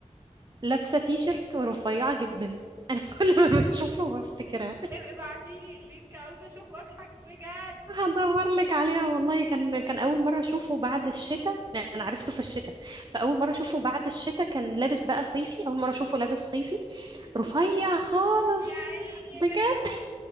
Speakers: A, on the right; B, on the right.
A: لابسة تي شيرت ورفيعة جدا أنا <laughs> كل ما بشوفه بفتكرها <laughs>
B: ابقي ابعتيلي اللينك عاوزة أشوفه أضحك بجد
A: هدور لك عليها والله كان كان أول مرة أشوفه بعد الشتاء يعني
B: مهم.
A: أنا عرفته في الشتاء فأول
B: مهم.
A: مرة أشوفه بعد الشتاء كان لابس بقى صيفي أول مرة أشوفه لابس صيفي
B: مهم.
A: رفيع خالص
B: يا عيني يا
A: بجد
B: كتكوت